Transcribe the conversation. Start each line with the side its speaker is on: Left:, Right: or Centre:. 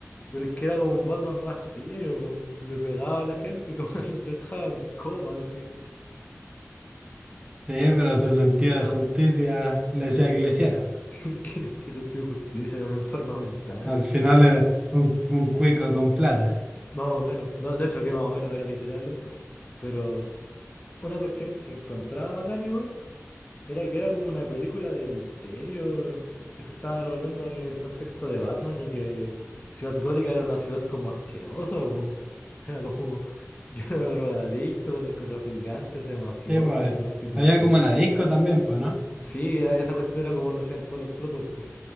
Left: Pero es que era como un Batman más serio, po. Le pegaba a la gente, <laughs> como que los dejaba en coma, así.
Right: Sí, pero su sentido de justicia le decía que lo hiciera.
Left: <laughs> ¿qué, qué sentido de justicia, era una enferma mental,
Right: Al
Left: así.
Right: final era un, un cuico con plata.
Left: Más o menos. No, de hecho, que más o menos era literal eso. Pero una cuestión que encontraba acá igual era que era como una película de misterio que se estaba revolviendo en el contexto de Batman y que Ciudad Gótica era una ciudad como asquerosa, po. <laughs> Era como lleno de drogadictos, de narcotraficantes, de mafiosos,
Right: Sí, po,
Left: de prostitución.
Right: había como una disco también, pues, no
Left: Sí, era, esa cuestión era como donde hacían todos los tratos, po.